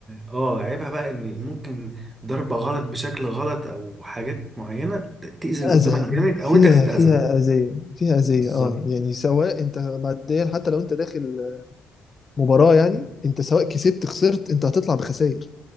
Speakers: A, on the right; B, on the left.
A: اه آه، عيبها بقى ان ممكن ضربة غلط بشكل غلط او حاجات معينة ت- تأذي اللي
B: أذى
A: قدامك جامد او
B: فيها
A: انت تتأذى
B: فيها أذية فيها أذية
A: بالظبط
B: اه يعني سواء انت بعدين حتى لو انت داخل مباراة يعني انت سواء كسبت خسرت انت هتطلع بخسائر